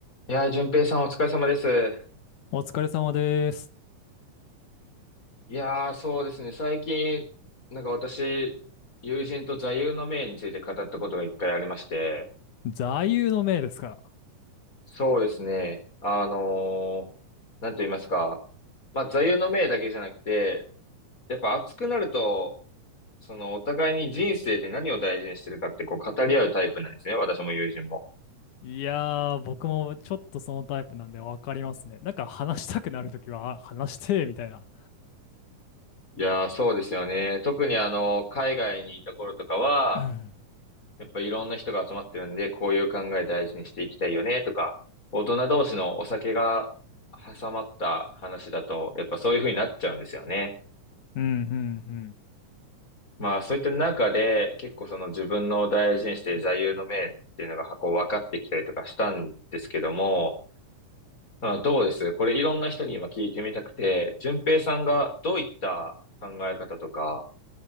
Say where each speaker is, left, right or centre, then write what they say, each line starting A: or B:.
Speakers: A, on the left; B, on the left.
A: いやー、淳平さんお疲れ様です。
B: お疲れ様です。
A: いやー、そうですね。最近、なんか私、友人と座右の銘について語ったことが一回ありまして、
B: 座右の銘ですか。
A: そうですね。あのー、なんと言いますか。まあ、座右の銘だけじゃなくて、やっぱ熱くなると、そのお互いに人生で何を大事にしてるかってこう語り合うタイプなんですね。私も友人も。
B: いやー、僕もちょっとそのタイプなんでわかりますね。なんか話したくなるときは、あ話して、みたいな。
A: いやー、そうですよね。特にあの、海外にいた頃とかは、
B: うん
A: やっぱいろんな人が集まってるんで、こういう考え大事にしていきたいよねとか、大人同士のお酒が挟まった話だと、やっぱそういう風になっちゃうんですよね。
B: うんうん
A: まあそういった中で、結構その自分の大事にしている座右の銘っていうのがこう分かってきたりとかしたんですけども、まあ、どうですこれいろんな人に今聞いてみたくて、順平さんがどういった考え方とか、